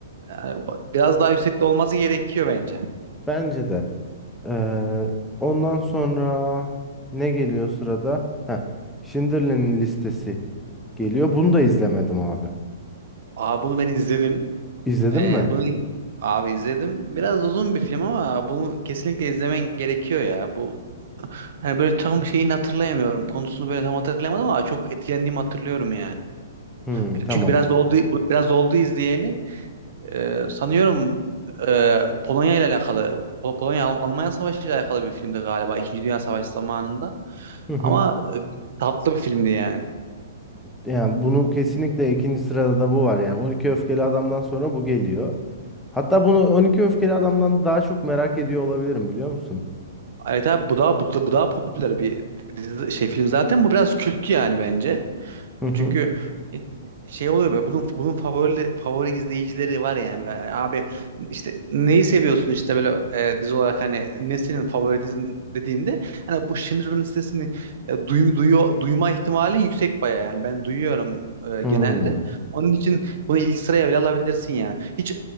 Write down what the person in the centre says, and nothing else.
Bence de. Ee, ondan sonra ne geliyor sırada? Heh, Schindler'in listesi geliyor. Bunu da izlemedim abi.
İzledin
mi?
Hmm,
tamam.
Hı hı.
Yani bunu kesinlikle ikinci sırada da bu var. Yani 12 Öfkeli Adam'dan sonra bu geliyor. Hatta bunu 12 Öfkeli Adam'dan daha çok merak ediyor olabilirim biliyor musun?
Hı hı.
Hmm.